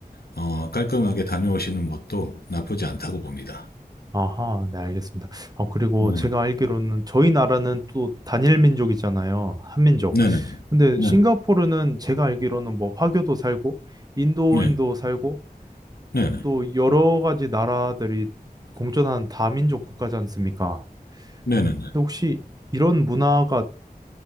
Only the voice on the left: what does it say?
어, 깔끔하게 다녀오시는 것도 나쁘지 않다고 봅니다.
네.
네네네.
네.
네.
네네.
네네네.